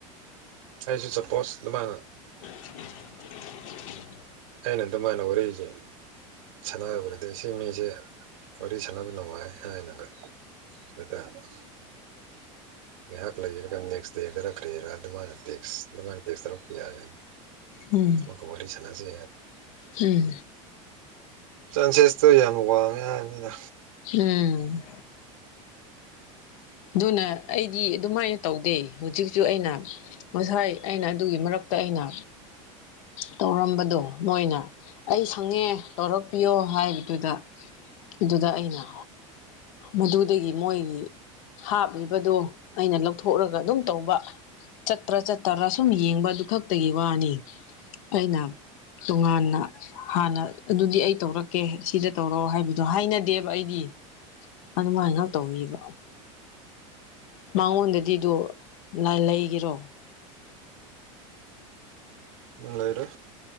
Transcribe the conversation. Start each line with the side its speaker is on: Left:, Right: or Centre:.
Right: ꯑꯩꯁꯨ ꯁꯄꯣꯁ ꯑꯗꯨꯃꯥꯏꯅ
Left: <inaudible>
Right: ꯑꯩꯅ ꯑꯗꯨꯃꯥꯏꯅ ꯋꯥꯔꯤꯖꯦ ꯁꯥꯟꯅꯒ ꯑꯣꯏꯔꯗꯤ ꯁꯤ ꯃꯤꯁꯦ ꯋꯥꯔꯤ ꯁꯥꯟꯅꯕ ꯅꯨꯡꯉꯥꯏ ꯍꯥꯏꯅꯒ <unintelligible> ꯉꯥꯏꯍꯥꯛ ꯂꯩꯔꯒ ꯅꯦꯛꯁ ꯗꯦꯗꯔꯥ ꯀꯥꯔꯤꯔ ꯑꯗꯨꯃꯥꯢꯅ ꯇꯦꯛꯁ ꯑꯗꯨꯃꯥꯢꯅ ꯇꯦꯛꯁ ꯇꯧꯔꯛꯄ ꯌꯥꯢꯑꯦꯕ
Left: ꯎꯝ
Right: ꯑꯃꯨꯛꯀ ꯋꯥꯔꯤ ꯁꯥꯟꯅꯁꯦ
Left: ꯎꯝ
Right: ꯆꯥꯡꯁꯦꯁꯇꯨ ꯌꯥꯝ ꯋꯥꯡꯉꯦ ꯍꯥꯏꯕꯅꯤꯅ
Left: ꯎꯝ ꯑꯗꯨꯅ ꯑꯩꯗꯤ ꯑꯗꯨꯃꯥꯏ ꯇꯧꯗꯦ ꯍꯨꯖꯤꯛꯖꯩ ꯑꯩꯅ ꯉꯁꯥꯏ ꯑꯩꯅ ꯑꯗꯨꯒꯤ ꯃꯔꯛꯇ ꯑꯩꯅ ꯇꯧꯔꯝꯕꯗꯣ ꯃꯣꯏꯅ ꯑꯩ ꯁꯪꯉꯦ ꯇꯧꯔꯛꯄꯤꯌꯣ ꯍꯥꯏꯕꯗꯨꯗ ꯑꯗꯨꯗ ꯑꯩꯅ ꯃꯗꯨꯗꯒꯤ ꯃꯣꯏꯒꯤ ꯍꯥꯞꯂꯤꯕꯗꯣ ꯑꯩꯅ ꯂꯧꯊꯣꯛꯔꯒ ꯑꯗꯨꯝ ꯇꯧꯕ ꯆꯠꯇ꯭ꯔꯥ ꯆꯠꯇꯔꯥ ꯁꯨꯝ ꯌꯦꯡꯕ ꯑꯗꯨ ꯈꯛꯇꯒꯤ ꯋꯥꯅꯤ ꯑꯩꯅ ꯇꯨꯉꯥꯟꯅ ꯍꯥꯟꯅ ꯑꯗꯨꯗꯤ ꯑꯩ ꯇꯧꯔꯛꯀꯦ ꯁꯤꯗ ꯇꯧꯔꯑꯣ ꯍꯥꯏꯕꯗꯣ ꯍꯥꯏꯅꯗꯦꯕ ꯑꯩꯗꯤ ꯑꯗꯨꯃꯥꯏꯉꯥꯛ ꯇꯧꯕꯤꯕ ꯃꯉꯣꯟꯗꯗꯤ ꯗꯣ ꯅꯥꯏꯔꯩꯒꯦꯔꯣ
Right: ꯂꯩꯔ